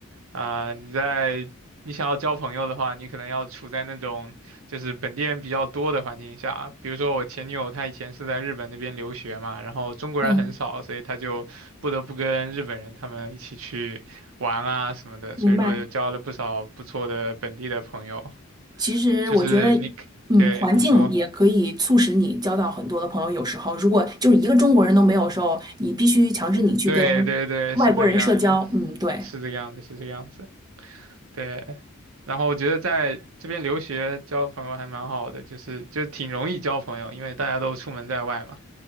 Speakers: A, on the right; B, on the right.
A: 啊、你在你想要交朋友的话，你可能要处在那种就是本地人比较多的环境下。比如说我前女友，她以前是在日本那边留学嘛，然后中国人很少，
B: 嗯，
A: 所以她就不得不跟日本人他们一起去玩啊什么的，
B: 明白。
A: 所以说就交了不少不错的本地的朋友。
B: 其实我觉得，
A: 就是你对，
B: 嗯，环境也可以促使你交到很多的朋友。
A: 你说，
B: 有时候，如果就是一个中国人都没有的时候，你必须强制你去跟
A: 对对对，
B: 外国人社交。
A: 是这个样子，
B: 嗯，对。
A: 是这个样子，是这个样子。对，然后我觉得在这边留学交朋友还蛮好的，就是就挺容易交朋友，因为大家都出门在外嘛，